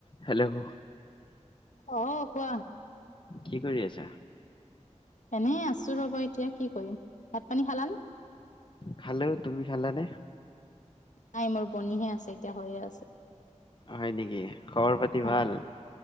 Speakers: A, on the left; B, on the left.
A: হেল্ল' উমহ
B: অ' কোৱা
A: কি কৰি আছা?
B: এনেই আছো ৰবা এতিয়া কি কৰিম ভাত পানী খালানে?
A: খালো, তুমি খালানে?
B: নাই মোৰ বনিহে আছে এতিয়া হৈয়ে আছে।
A: হয় নেকি, খবৰ পাতি
B: হয়
A: ভাল?